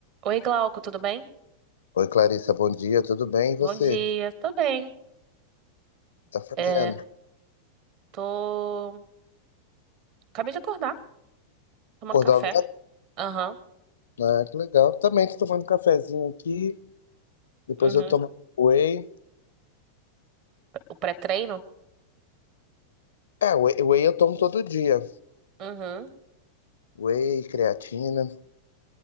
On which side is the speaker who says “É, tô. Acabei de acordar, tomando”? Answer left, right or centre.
Right